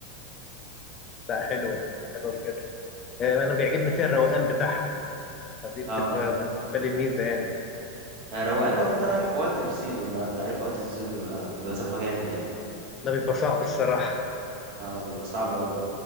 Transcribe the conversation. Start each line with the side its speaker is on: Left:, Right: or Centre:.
Left: لا حلوة حلوة بجد آه، انا بيعجبني فيها الروقان بتاعها فدي بتبقى
Right: اه
Left: بالنسبة لي ميزة يعني
Right: آه، روقان لو انت رايح في وقت مش سيزون بقى انت عارف وقت السيزون بيبقى بيبقى زحمه جامد يعني
Left: ده بيبقى صعب الصراحة
Right: اه بيبقى صعب قوي